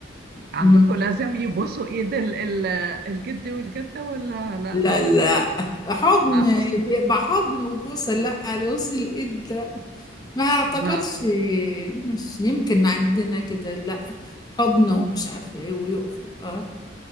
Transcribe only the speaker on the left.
مم.
لا لا حضن
بيبقى حضن وبوسه لا بوس الايد لا ما اعتقدش
مش يمكن عندنا كده لا حضن ومش عارفه ايه ويقفوا اه